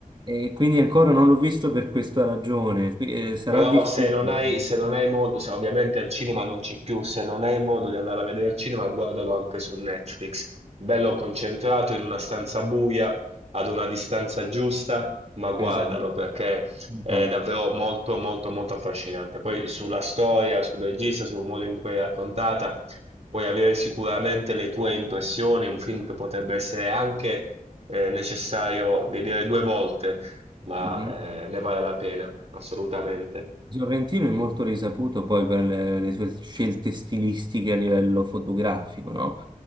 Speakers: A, on the right; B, on the right.
A: E quindi ancora non l'ho visto per questa ragione. qui- eh, sarà
B: Però
A: difficile.
B: se non hai, se non hai modo, se ovviamente al cinema non c'è più, se non hai modo di andare a vedere il cinema, guardalo anche su Netflix. Bello concentrato in una stanza buia, ad una distanza giusta, ma guardalo
A: Esatto,
B: perché
A: esatto.
B: è davvero molto, molto, molto affascinante. Poi sulla storia, sul regista, sul modo in cui è raccontata, puoi avere sicuramente le tue impressioni, un film che potrebbe essere anche eh, necessario vedere due volte ma
A: Mhm.
B: eh, ne vale la pena, assolutamente.
A: Sorrentino è molto risaputo poi per le, le sue scelte stilistiche a livello fotografico, no?